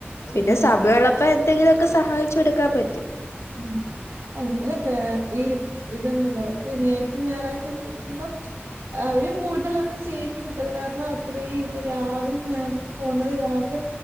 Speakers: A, on the left; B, on the right.
A: പിന്നെ
B: ഉം,
A: സമയംളപ്പ എന്തെങ്കിലുക്കെ സഹായിച്ചുടുക്കാൻ പറ്റും.
B: ഉം അങ്ങനെ കേ ഈ ഇതെണ്ടല്ലോ ശനിയാഴ്ച ഞായറാഴ്ചയക്കെ ഇരിക്കുമ്പോ അവരും കൂടുതലൊന്നും ചെയ്യിപ്പിക്കത്തില്ല കാരണം അത്രയും ഇപ്പൊ രാവിലെ ഞാനിപ്പോ പോകുന്നത് രാവിലെ